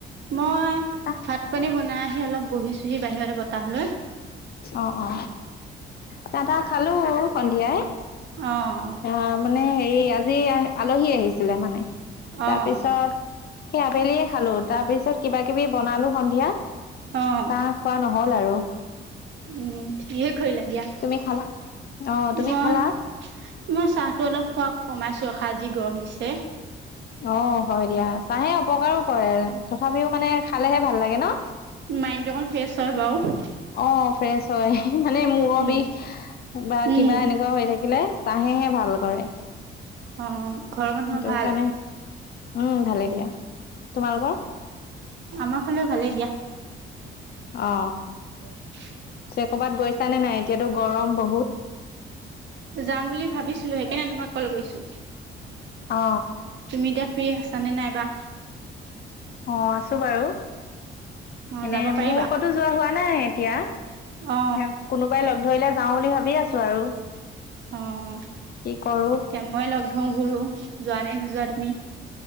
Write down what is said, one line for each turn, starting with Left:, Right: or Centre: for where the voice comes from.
Right: মই
Left: চাহ
Right: ভাত পানী বনাই আহি অলপ বহিছোহি বাহিছোহি বতাহ লৈ।
Left: অ অ চাহ তা খালো সন্ধিয়াই,
Right: অ অ
Left: আহ মানে হেৰি আজি আলহী আহিছিলে মানে তাৰপিছত।
Right: অ'
Left: সেই আবেলিয়ে খালো তাৰ পিছত কিবা কিবি বনালো সন্ধিয়া।
Right: অ'
Left: চাহ খোৱা নহল আৰু
Right: উম ঠিকে কৰিলা দিয়া মই,
Left: তুমি খালা অ তুমি খালা
Right: মই চাহটো অলপ খোৱা কমাইছো ৰখা যি গৰম দিছে।
Left: অ হয় দিয়া চাহে অপকাৰো কৰে তথাপিও মানে খালেহে ভাল লাগে ন।
Right: মাইণ্ড টো অকণ ফ্ৰেছ হয় বাৰু,
Left: অ ফ্ৰেচ হয় মানে মূৰৰ
Right: উম,
Left: বিষ। বা
Right: উম।
Left: কিবা এনেকুৱা হৈ থাকিলে চাহেহে ভাল কৰে।
Right: অ ঘৰৰ মানুহৰ
Left: সেইটো
Right: ভাল।
Left: কাৰণে উম ভালেই দিয়া তোমালোকৰ।
Right: আমাৰ ফালেও ভালেই দিয়া।
Left: অ
Right: <unintelligible>
Left: ক'ৰবাত গৈছ নে নাই এতিয়াতো গৰম বহুত।
Right: যাম বুলি ভাবিছিলো সেইকাৰণে তোমাক কল কৰিছো।
Left: অ।
Right: তুমি এতিয়া ফ্ৰ্ৰী আছা নে নাইবা।
Left: অ আছো বাৰু,
Right: অ
Left: এনে
Right: যাব পাৰিবা
Left: মই কতো যোৱা হোৱা নাই এতিয়া কোনো,
Right: অ
Left: কোবাই লগ ধৰিলে যাওঁ বুলি ভাবি আছো আৰু
Right: অ এতিয়া
Left: কি কৰো।
Right: মই লগ ধৰো বোলো যোৱা নে নোযোৱা তুমি,